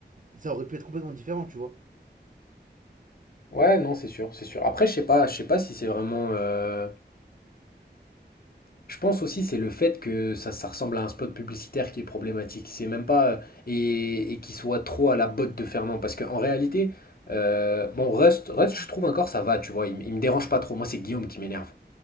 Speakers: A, on the right (about 45°); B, on the left (about 55°).
A: ça aurait pu être complètement différent, tu vois.
B: Ouais, non, c'est sûr, c'est sûr. Après, je sais pas, je sais pas si c'est vraiment. euh, Je pense aussi c'est le fait que ça, ça ressemble à un spot publicitaire qui est problématique. C'est même pas euh, et, et qui soit trop à la botte de Fernand parce qu'en réalité, euh, bon Rust, Rust je trouve encore ça va, tu vois, il, m- il me dérange pas trop. Moi c'est Guillaume qui m'énerve.